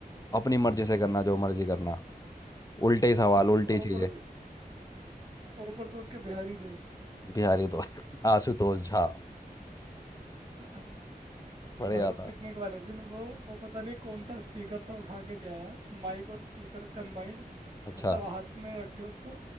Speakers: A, on the left; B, on the right.
A: अपनी मर्जी से करना जो मर्जी करना उल्टे सवाल
B: उसके
A: उल्टी
B: और
A: चीजें
B: ऊपर और ऊपर से उसके बिहारी दोस्त
A: बिहारी तो <laughs> आशुतोष झा
B: <laughs>
A: बढ़िया
B: भाई वो
A: था
B: पिकनिक वाले दिन वो वो पता नहीं कौन सा स्पीकर था उठा के ले आया माइक और स्पीकर कंबाइंड
A: अच्छा
B: मतलब हाथ में रखे उसको